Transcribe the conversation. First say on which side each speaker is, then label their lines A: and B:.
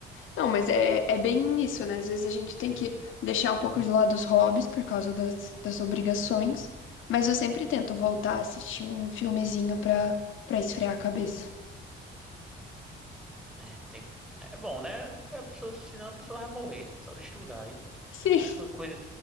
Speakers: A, on the left; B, in the centre.
A: Não, mas é, é bem isso, né? Às vezes a gente tem que deixar um pouco de lado os hobbies por causa das, das obrigações, mas eu sempre tento voltar a assistir um filmezinho pra, pra esfriar a cabeça.
B: É, tem... é bom, né? Porque a pessoa, senão a pessoa vai morrer, só de estudar. Aí
A: <laughs> Sim.
B: pensa numa coisa,